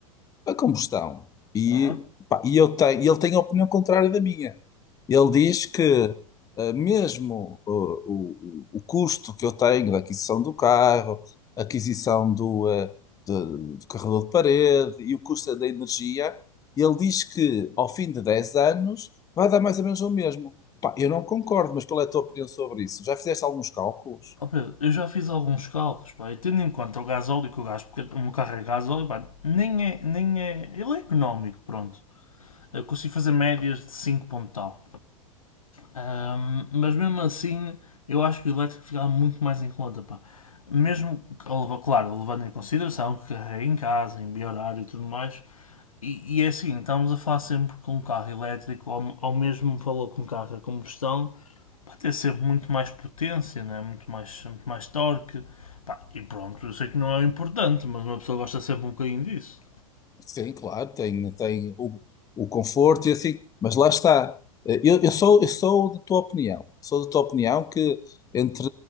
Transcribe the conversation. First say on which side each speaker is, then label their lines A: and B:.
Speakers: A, on the left; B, on the left.
A: a combustão. E,
B: Aham.
A: pá, e eu tenho, e ele tem a opinião contrária da minha. Ele diz que eh, mesmo eh, o, o, o custo que eu tenho da aquisição do carro, aquisição do, eh, de- do carregador de parede e o custo da energia, ele diz que ao fim de 10 anos vai dar mais ou menos o mesmo. Pá, eu não concordo, mas qual é a tua opinião sobre isso? Já fizeste alguns cálculos?
B: Ó Pedro, eu já fiz alguns cálculos, pá, e tendo em conta o gasóleo que eu gasto, porque o meu carro é gasóleo, pá, nem é, nem é, ele é económico, pronto. Eu consigo fazer médias de 5 ponto tal. Ahm, mas mesmo assim, eu acho que o elétrico ficava muito mais em conta, pá. Mesmo, que- claro, levando em consideração que carrega em casa, em horário e tudo mais. E, e é assim, estamos a falar sempre com um carro elétrico, ou, ou mesmo falou com um carro a combustão, vai ter sempre muito mais potência, né? muito, mais, muito mais torque. Pá, e pronto, eu sei que não é importante, mas uma pessoa gosta sempre um bocadinho disso.
A: Sim, claro, tem, tem o, o conforto e assim, mas lá está. Eh, Eu, eu sou, eu sou da tua opinião. Sou da tua opinião que entre